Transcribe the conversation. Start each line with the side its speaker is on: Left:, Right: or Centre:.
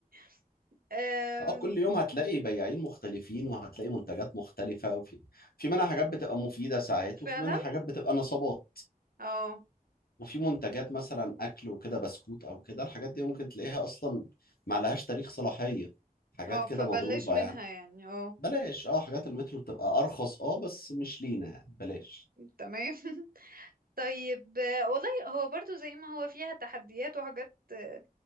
Right: <laughs> آم،
Left: اه كل يوم هتلاقي بياعين مختلفين وهتلاقي منتجات مختلفة وفي في منها حاجات بتبقى مفيدة ساعات
Right: فعلا
Left: وفي منها حاجات بتبقى نصابات
Right: اه
Left: وفي منتجات مثلا أكل وكده بسكوت أو كده الحاجات دي ممكن تلاقيها أصلا ما لهاش تاريخ صلاحية حاجات
Right: اه
Left: كده
Right: فبلش
Left: مضروبة
Right: منها
Left: يعني
Right: يعني اه
Left: بلاش اه حاجات المترو بتبقى أرخص اه بس مش لينا يعني بلاش
Right: تمام <laughs> طيب آه، والله هو برضو زي ما هو فيها تحديات وحاجات آه،